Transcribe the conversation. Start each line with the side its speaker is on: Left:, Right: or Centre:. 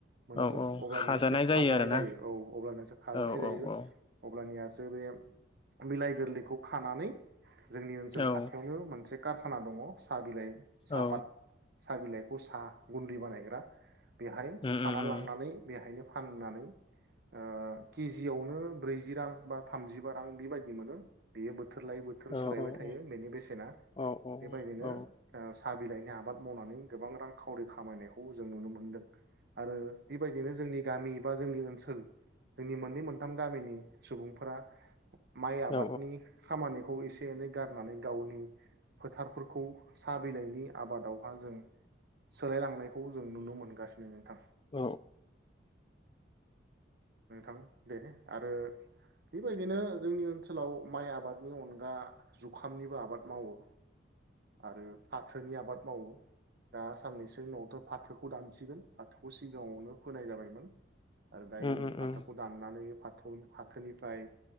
Right: मोनो
Left: औ औ
Right: अब्लानियासो
Left: हाजानाय
Right: खाजानाय
Left: जायो आरोना
Right: जायो औ अब्लानियासो खाजानाय
Left: औ
Right: जायो।
Left: औ औ
Right: अब्लानियासो बे बिलाइ गोरलैखौ खानानै जोंनि ओनसोल
Left: औ
Right: खाथियावनो मोनसे कारखाना दङ साह बिलाइ साहपात
Left: औ
Right: साह बिलाय खौ साह गुन्दै बानायग्रा। बेहाय
Left: उम
Right: खाना
Left: उम उम
Right: लांनानै बेहायनो फाननानै ओ किजियावनो ब्रैजि रां बा थामजिबा रां बेबायदि मोनो। बेयो थोर लायै बोथोर
Left: औ
Right: सोलायबाय
Left: औ
Right: थायो बेनि बेसेना
Left: औ
Right: बेबायदिनो
Left: औ
Right: ओ सा बिलाइन आबाद मावनानै गोबां रां खावरि खामायनायखौ जों नुनो मोनदों। आरो बेबायदिनो जोंनि गामि। बा जोंनि ओनसोल। जोंनि मोननै मोनथाम गामिनि सुबुंफोरा। माइ आबादनि
Left: औ
Right: खामानि खौ एसे-एनै गारनानै गावनि फोथारफोरखौ साहा बिलाइनि आबादावहा जों सोलायलांनायखौ जों नुनो मोनगासिनो नोंथां।
Left: उम
Right: नोंथां दे आरो बेबायदिनो जोंनि ओनसोलाव माइ आबादनि अनगा जुखामनिबो आबाद मावो। आरो फाथोनि आबाद मावो। <unintelligible> दा साननैसो उनावथ' फाथोखौ। खौ दानसिगोन आठखौ सिगाङावनो फोनाय जाबायमोन। आरो दायनिं।
Left: उम
Right: फाथोखौ
Left: उम
Right: दाननानै फा थौलि फाथोनिफ्राय,